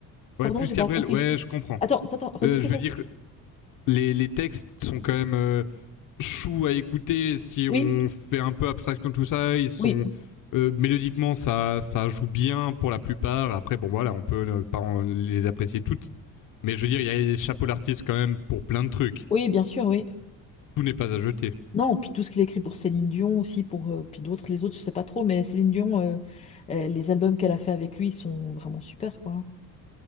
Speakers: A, on the left; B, on the left.
A: Ouais,
B: Pardon,
A: plus
B: j'ai
A: qu'Abrel.
B: pas compris.
A: Ouais, je comprends.
B: Attends, attends, redis
A: Euh,
B: ce
A: je
B: que t'as
A: veux dire,
B: dit.
A: les, les textes sont quand même euh, chou à écouter si
B: Oui,
A: on fait un peu abstraction de tout ça. Ils sont
B: oui,
A: euh, mélodiquement, ça, ça joue bien pour la plupart. Après, bon voilà, on peut pas en- les apprécier toutes, mais je veux dire, il y a les chapeaux d'artistes quand même pour plein de trucs.
B: oui, bien sûr, oui.
A: Tout n'est pas à jeter.
B: Non, puis tout ce qu'il a écrit pour Céline Dion aussi, pour euh, puis d'autres, les autres, je sais pas trop, mais Céline Dion, euh, euh, les albums qu'elle a fait avec lui ils sont vraiment super, quoi.